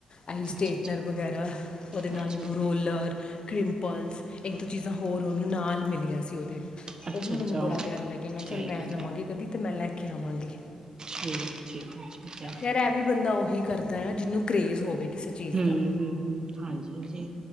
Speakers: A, on the left; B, on the right.
A: ਆਈ ਸਟੇਟਨਰ
B: ਅੱਛਾ-ਅੱਛਾ,
A: ਵਗੈਰਾ, ਓਹਦੇ ਨਾਲ
B: ਅੱਛਾ।
A: ਉਹਨੂੰ ਰੋਲ ਰ ਕ੍ਰਿੰਪਲਸ ਇੱਕ ਦੋ ਚੀਜ਼ਾਂ ਹੋਰ ਓਹਨੂੰ ਨਾਲ ਮਿਲੀਆਂ ਸੀ ਉਹਦੇ।
B: ਅੱਛਾ-ਅੱਛਾ,
A: ਓਹ ਵੀ ਮੈਨੂੰ ਬੜਾ ਪਿਆਰਾ ਲੱਗੇਆ, ਮੈਂ
B: ਠੀਕ
A: ਚੱਲ ਮੈਂ
B: ਹੈ,
A: ਜਾਵਾਂਗੀ ਕਦੀ ਤੇ ਮੈਂ ਲੈ ਕੇ ਆਵਾਂਗੀ।
B: ਠੀਕ-ਠੀਕ, ਠੀਕ ਏ।
A: ਯਾਰ ਏਹ ਵੀ ਬੰਦਾ ਓਹੀ ਕਰਦਾ ਏ ਜਿਹਨੂੰ ਕਰੇਜ਼ ਹੋਵੇ। ਕਿਸੇ ਚੀਜ਼
B: ਹਮ,
A: ਦਾ
B: ਹਮ-ਹਮ। ਹਾਂਜੀ-ਹਾਂਜੀ